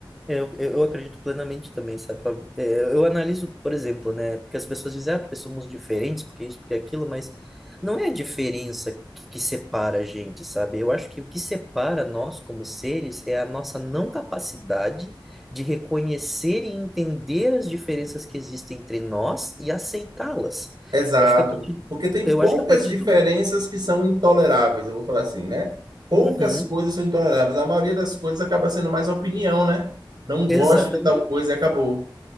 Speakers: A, in the centre; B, on the right (about 55°).
A: eu, eu eu acredito plenamente também, sabe? Fábio? É, Eu analiso, por exemplo, né? Porque as pessoas dizem, ah, porque somos diferentes, porque isso, porque aquilo, mas não é a diferença que, que separa a gente, sabe? Eu acho que o que separa nós como seres é a nossa não capacidade de reconhecer e entender as diferenças que existem entre nós e aceitá-las.
B: Exato.
A: Eu acho que a partir,
B: Porque tem
A: eu
B: poucas
A: acho que a partir
B: diferenças
A: do.
B: que são intoleráveis, eu vou falar assim, né? Poucas
A: Uhum,
B: coisas são intoleráveis. A maioria das coisas acaba sendo mais opinião, né? Não
A: exatamente.
B: gosto de tal coisa e acabou.